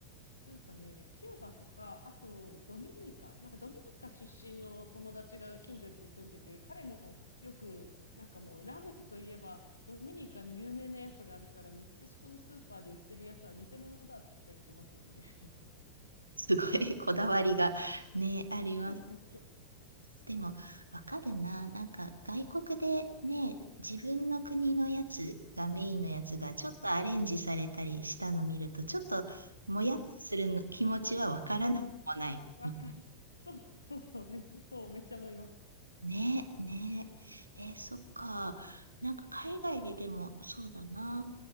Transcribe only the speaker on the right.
<laughs> すごい <laughs> こだわりがね、ありますね。
でも、わかるな。なんか、外国でね、自分の国のやつがメインのやつがちょっとアレンジされたりしたの見ると、
ちょっともやっとするの気持ちはわからなくもない。
な
ねえ、ねえ。えーそっか。なんか海外ででもそうだな。